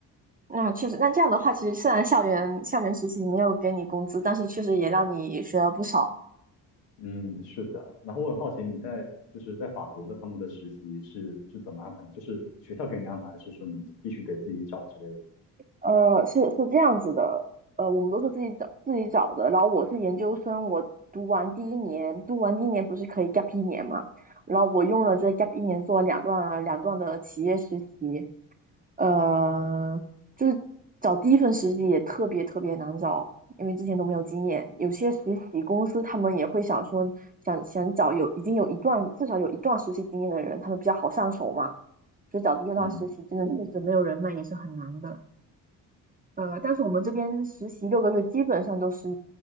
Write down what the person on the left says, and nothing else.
嗯，是的。然后我很好奇，你在就是在法国的他们的实习是是怎么安排的？就是学校给你安排，还是说你必须得自己找之类的？
嗯